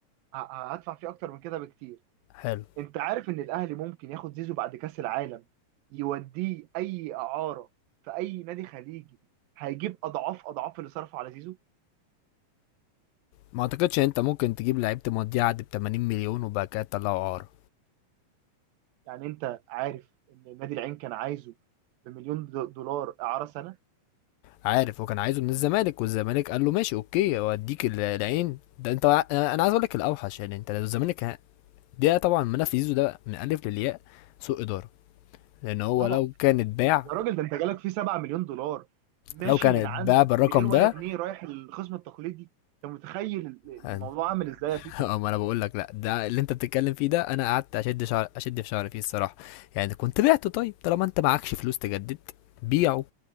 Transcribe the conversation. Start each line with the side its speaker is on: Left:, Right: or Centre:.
Right: ه- هدفع فيه اكتر من كده بكتير
Left: حلو
Right: انت عارف ان الاهلي ممكن ياخد زيزو بعد كاس العالم يوديه اي اعاره في اي نادي خليجي هيجيب اضعاف اضعاف اللي صرفه على زيزو
Left: ما اعتقدش ان انت ممكن تجيب لعيب تمضيه عقد ب 80 مليون وبعد كده تطلعه اعاره
Right: يعني انت عارف ان نادي العين كان عايزه بمليون دو- دولار اعاره سنه
Left: عارف وكان عايزه من الزمالك والزمالك قال له ماشي اوكي اوديك ال- العين ده انت انا أنا عايز اقول لك الاوحش يعني انت لو الزمالك ه- ده طبعا ملف زيزو ده من الف للياء سوء اداره لان هو
Right: طبعا
Left: لو كان اتباع
Right: يا راجل ده انت جالك فيه 7 مليون دولار ماشي
Left: لو كان
Right: من
Left: اتباع
Right: عندك
Left: بالرقم
Right: من غير ولا
Left: ده
Right: جنيه رايح الخصم التقليدي انت متخيل ال- الموضوع
Left: لا،
Right: عامل ازاي يا بيتر
Left: <laughs> اه ما انا بقول لك لا ده اللي انت بتتكلم فيه ده انا قعدت اشد شعر اشد في شعري فيه الصراحه يعني كنت بعته طيب طالما انت معكش فلوس تجدد بيعه